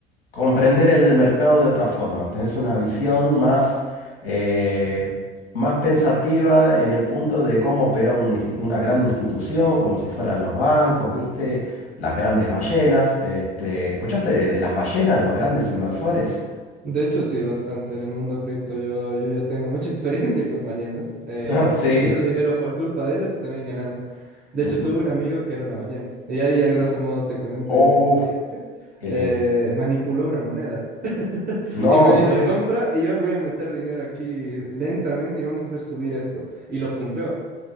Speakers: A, on the left; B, on the right.
A: comprender el mercado de otra forma. Tenés una visión más, eh, más pensativa en el punto de cómo opera un insti- una gran institución, como si fuera los bancos, ¿viste? Las grandes ballenas. Este, ¿escuchaste de, de las ballenas, los grandes inversores? <laughs>
B: De hecho, sí, bastante. En el mundo cripto yo, yo ya tengo mucha <laughs> experiencia con ballenas, eh,
A: Ah, sí.
B: perdiendo dinero por culpa de ellas y también ganando. De
A: Ujú.
B: hecho, tuve un amigo que era una ballena. Y ahí, a grosso modo, te comento
A: Oh,
B: yo una experiencia.
A: qué
B: Eh,
A: lindo.
B: manipuló una moneda <laughs>
A: No,
B: y me
A: ¿en
B: dijo,
A: serio?
B: compra y yo voy a meter dinero aquí lentamente y vamos a hacer subir esto. Y lo pumpeó.